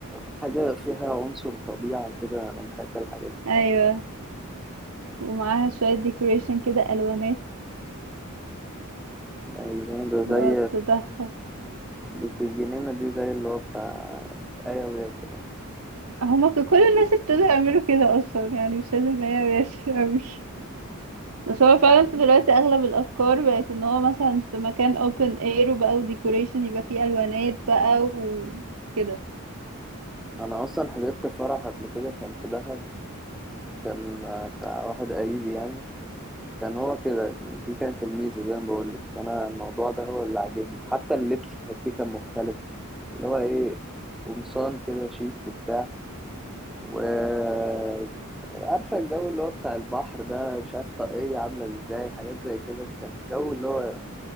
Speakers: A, in the centre; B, on the right.
A: حاجه فيها عنصر طبيعه كده انا بحب الحاجات دي
B: ايوه ومعاها شوية decoration كده الوانات
A: ايوه ده
B: لو
A: زي
B: تدخل
A: بنت الجنينه دي زي اللي هو بتاع ايه وياسر ده.
B: هما ك- كل الناس ابتدوا يعملوا كده اصلا يعني مش لازم هي ياسر <laughs> اوي بس هو فعلا دلوقتي اغلب الافكار بقت ان هو مثلا في مكان open air وبقى ديكوريشن يبقى فيه الوانات بقى وكده
A: انا اصلا حضرت فرح قبل كده كان في دهب كان بتاع واحد قريب يعني كان هو كده دي كانت الميزه زي ما بقول لك انا الموضوع ده هو اللي عاجبني حتى اللبس تحسيه كان مختلف اللي هو ايه قمصان كده شيك وبتاع وعارفة الجو اللي هو بتاع البحر ده مش عارف طاقية عاملة ازاي حاجات زي كده كان الجو اللي هو